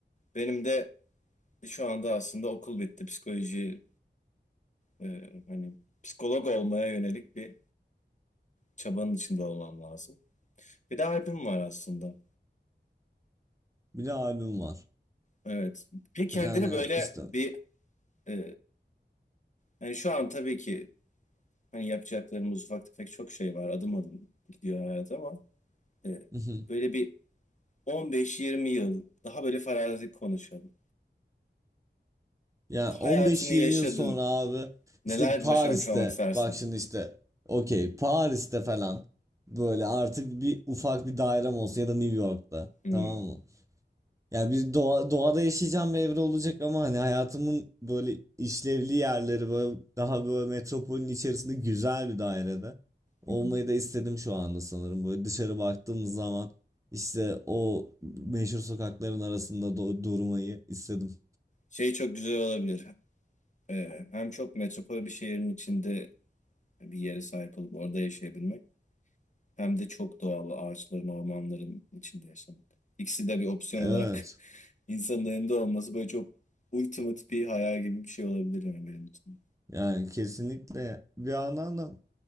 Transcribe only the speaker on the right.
bir de albüm var.
Yani
işte
<laughs>
Yani 15-20
yıl sonra abi
işte Paris'te
bak şimdi işte okey Paris'te falan böyle artık bir ufak bir dairem olsun ya da New York'ta
tamam mı? Yani bir doğa, doğada yaşayacağım bir evre olacak ama hani hayatımın böyle işlevli yerleri böyle daha böyle metropolün içerisinde güzel bir dairede olmayı
da istedim şu anda sanırım. Böyle dışarı baktığımız zaman işte o meşhur sokakların arasında do- durmayı istedim.
Evet.
Yani kesinlikle bir yandan da